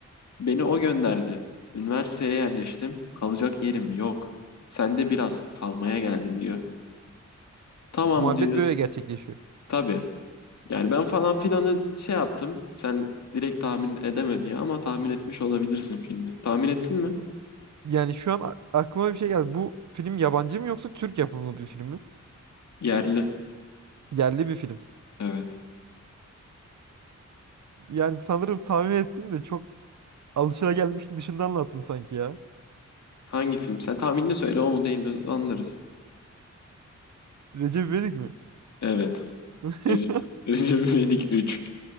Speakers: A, on the left (about 70°); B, on the right (about 75°).
A: Beni o gönderdi. Üniversiteye yerleştim. Kalacak yerim yok. Sen de biraz kalmaya geldim diyor. Tamam
B: Muhabbet
A: diyor.
B: böyle gerçekleşiyor.
A: Tabii. Yani ben falan filanı şey yaptım. Sen direkt tahmin edemedi ya ama tahmin etmiş olabilirsin filmi. Tahmin ettin mi?
B: Yani şu an a- aklıma bir şey geldi. Bu film yabancı mı yoksa Türk yapımı bir film mi?
A: Yerli.
B: Yerli bir film.
A: Evet.
B: Yani sanırım tahmin ettim de çok alışılagelmişin dışında anlattın sanki ya.
A: Hangi film? Sen tahminini söyle o mu değil mi anlarız.
B: Recep İvedik mi?
A: Evet.
B: <laughs>
A: Recep, <laughs> Recep İvedik 3.